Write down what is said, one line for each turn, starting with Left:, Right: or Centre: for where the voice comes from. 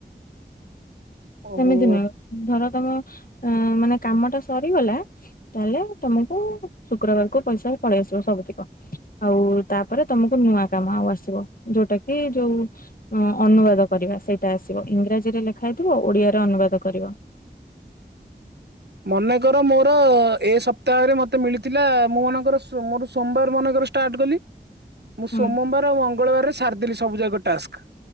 Right: ଓହୋ
Left: ସେମିତି ନୁହେଁ ଧର ତମ ଅ ମାନେ କାମ ଟା ସରିଗଲା। ତାହେଲେ ତମକୁ ଶୁକ୍ରବାରକୁ ପଇସା ପଳେଇ ଆସିବ ସବୁତିକ। ଆଉ ତାପରେ ତମକୁ ନୂଆ କାମ ଆଉ ଆସିବ ଯୋଉଟା କି ଯୋଉ ଉଁ ଅନୁବାଦ କରିବା ସେଇଟା ଆସିବ ଇଂରାଜୀରେ ଲେଖା ହେଇଥିବ ଓଡିଆରେ ଅନୁବାଦ କରିବା।
Right: ମନେକର ମୋର ଏ ସପ୍ତାହରେ ମତେ ମିଳିଥିଲା ମୁଁ ମନେକର ମୋ ମୋର ସ-ସୋମବାର ମନେକର ଟାଟ କଲି ମୁଁ
Left: ହୁଁ
Right: ସୋମବାର ଆଉ ମଙ୍ଗଳବାରରେ ସାରିଦେଲି ସୁବୁ ଯାକ ଟାସ୍କ।